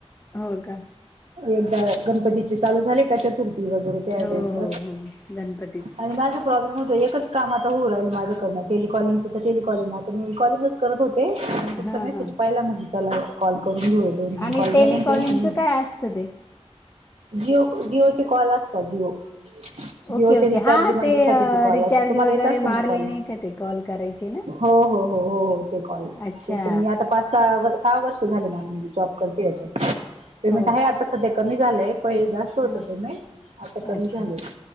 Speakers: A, on the left; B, on the right.
A: हो का
B: एकदा गणपती चे चालू झाले का चतुर्थी वगैरे त्यास
A: हो हो हो गणपतीच
B: आणि माझे प्रॉब्लेम होत आहे एकच काम आता होऊन राहिल माझ्याकडंन टेलिकॉलिंगच तर टेलिकॉलिंगच आता मी कॉलिंगच करत होते
A: हा
B: तुमचा मेसेज
A: हा
B: पाहिला म्हणज त्याला कॉल करून घेऊ दोन तीन
A: आणि
B: का
A: टेलिकॉलिंगचं
B: तम
A: काय असतं ते?
B: जिओ जिओचे कॉल असता. जिओ
A: ओके
B: जिओच्या
A: ओके
B: रिचार्ज
A: हा
B: रिमांडर
A: ते
B: साठीची
A: अ,
B: कॉल
A: रिचार्ज
B: असते तुम्हाला
A: वगैरे
B: येत असेल
A: मारले
B: ना कॉल
A: नाही का ते कॉल करायचे ना?
B: हो हो हो हो हो ते कॉल
A: अच्छा
B: ते तर मी आता पाच सहा सहा वर्ष झाले मला माझी जॉब करतेजे पेमेंट
A: हो
B: आहे
A: का
B: आता सध्या कमी झालंय पहिला जास्त होतं
A: हां
B: पेमेंट आता कमी
A: अच्छा
B: झालंय.